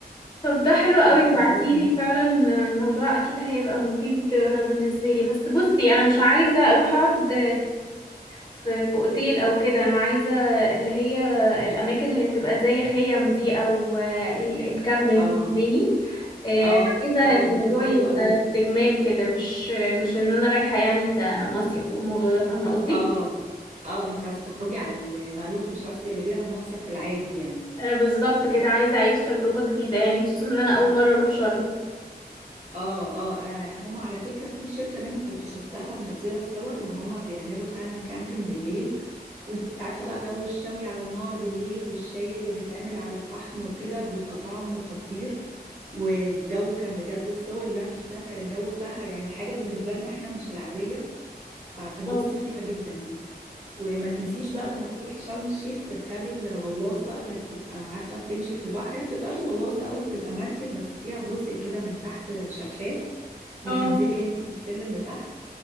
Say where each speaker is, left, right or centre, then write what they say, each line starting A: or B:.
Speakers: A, on the left; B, on the right.
A: طب ده حلو قوي
B: فهبعتهم
A: بعتيلي فعلا الموضوع اكيد هيبقى مفيد بالنسبه لي بس بصي انا مش عايزه اروح اقعد في في اوتيل او كده انا عايزه اللي هي الاماكن اللي بتبقى زي خيم دي او ال- الكامبينج
B: اه
A: فاهماني آه،
B: اه
A: عايزه
B: اه
A: الموضوع
B: دي هتبقى حلوة
A: يبقى
B: قوي
A: استجمام كده مش مش ان انا رايحه يعني كمصيف والموضوع ده فاهمه قصدي
B: اه اه انت عايزة تخرجي عن المألوف مش عاوزة تقلبيها المصيف في العادي يعني
A: آه، بالظبط كده عايزه اعيش تجربه جديده يعني خصوصا ان انا اول مره اروح شرم
B: اه اه آه، هم على فكرة في شركة منهم كنت شفتها منزلة الصور ان هم بيعملوا فعلا كامبينج بالليل وانت عارفة بقى جو الشوي على النار بالليل والشاي اللي بيتعمل على الفحم وكده بيبقى طعمه خطير والجو كان بجد الصور اللي انا شفتها كان الجو بتاعها يعني حاجة بالنسبة لنا احنا مش العادية فهتنبسطي
A: اه
B: فيها جدا دي وما تنسيش بقى لما تروحي شرم الشيخ تركبي الغواصة اللي بتبقى عارفة بتمشي في البحر هي بتبقاش غواصة قوي بتبقى مركب بس فيها جزء كده من تحت شفاف بتنزلي
A: اه
B: انتي بالسلم لتحت